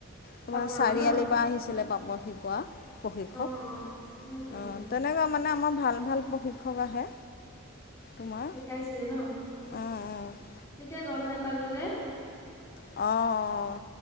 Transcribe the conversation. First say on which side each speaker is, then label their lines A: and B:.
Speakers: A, on the left; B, on the left.
A: তোমাৰ
B: পাপৰৰ
A: চাৰিআলিৰ
B: ন
A: পৰা আহিছিলে পাপৰ শিকোৱা প্ৰশিক্ষক
B: অ অ উম উম
A: অ', তেনেকুৱা মানে আমাৰ ভাল ভাল প্ৰশিক্ষক আহে তোমাৰ
B: শিকাইছিলে ন?
A: অঁ অঁ
B: তেতিয়া গম নোপালো যে
A: অঁ অঁ